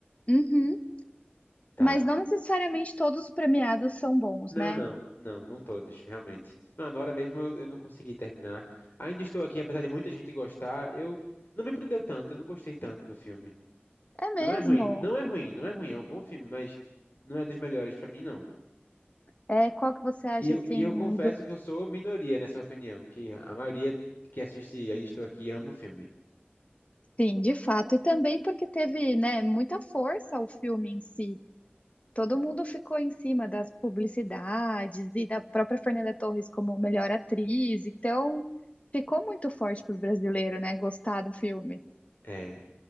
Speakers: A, on the left; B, on the left.
A: Uhum.
B: Tá.
A: Mas não necessariamente todos os premiados são bons,
B: Não,
A: né?
B: não, não, não todos, realmente. Ah, na hora mesmo eu, eu não consegui terminar. Ainda estou aqui, apesar de muita gente gostar, eu não me prendeu tanto, eu não gostei tanto do filme.
A: É mesmo.
B: Não é ruim, não é ruim, não é ruim, é um bom filme, mas não é dos melhores pra mim, não.
A: É, qual que você acha
B: E eu,
A: assim
B: e eu confesso
A: do...
B: que eu sou minoria nessa opinião, que a maioria que assiste Ainda Estou Aqui ama o filme.
A: Sim, de fato. E também porque teve, né, muita força o filme em si. Todo mundo ficou em cima das publicidades e da própria Fernanda Torres como melhor atriz, então ficou muito forte pro brasileiro, né? Gostar do filme.
B: É.